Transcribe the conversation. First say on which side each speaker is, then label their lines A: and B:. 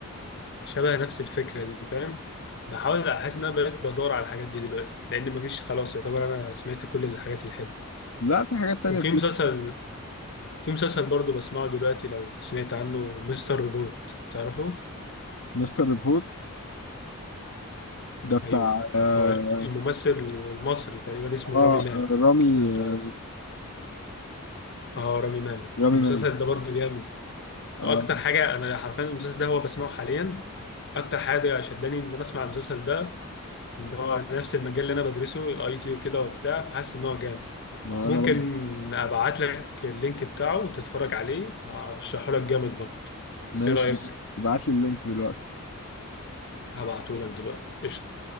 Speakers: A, on the left; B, on the left.
A: شبه نفس الفكره دي فاهم بحاول احس ان انا بقيت بدور على الحاجات دي دلوقتي لان مفيش خلاص يعتبر انا سمعت كل الحاجات الحلوه
B: لا في حاجات تانية
A: وفي
B: بتيجي
A: مسلسل في مسلسل برضه بسمعه دلوقتي لو سمعت عنه مستر روبوت تعرفه
B: مستر ريبورت ده بتاع
A: ايوه
B: اه,
A: هو الممثل المصري تقريبا اسمه
B: آه
A: رامي مالك
B: آه، رامي
A: لو تعرفه
B: آه
A: اه رامي مالك
B: رامي
A: المسلسل
B: مالك
A: ده برضو جامد
B: اه
A: واكتر حاجه انا حرفيا المسلسل ده هو بسمعه حاليا اكتر حاجه شداني ان انا اسمع المسلسل ده ان هو نفس المجال اللي انا بدرسه الاي تي وكده وبتاع فحاسس ان هو جامد
B: ما
A: ممكن
B: انا برضه
A: ابعت لك اللينك بتاعه وتتفرج عليه هرشحه لك جامد برضه
B: ماشي
A: ايه رايك
B: ابعت لي اللينك دلوقتي
A: هبعته لك دلوقتي قشطه